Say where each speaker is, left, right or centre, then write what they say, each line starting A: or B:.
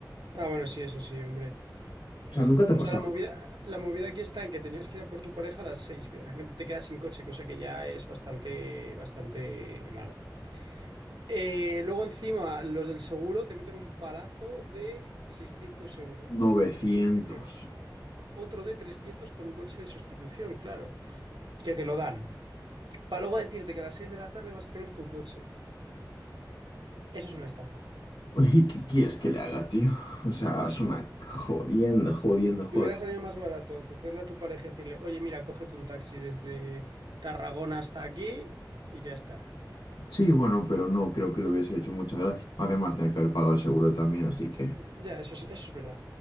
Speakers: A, on the right; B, on the left.
A: Ah, bueno, sí, eso sí, hombre.
B: O sea, nunca
A: O
B: te ha pasado.
A: sea, la movida, la movida aquí está en que tenías que ir a por tu pareja a las 6, que realmente te quedas sin coche, cosa que ya es bastante, bastante malo. Eh, luego encima, los del seguro te meten un palazo de 600 euros
B: novecientos
A: y te quieren meter otro de 300 por un coche de sustitución, claro, que te lo dan. Para luego decirte que a las 6 de la tarde vas a tener tu coche. Eso es una estafa.
B: <laughs> Uy, ¿qué quieres que le haga, tío? O sea, es una jodienda, jodienda, joder.
A: Te hubiera salido más barato cogerle a tu pareja y decirle, oye, mira, cógete un taxi desde Tarragona hasta aquí y ya está.
B: Sí, bueno, pero no creo que le hubiese hecho mucha gracia. Además, tenía que haber pagado el seguro también, así que...
A: Ya, eso es- eso es verdad.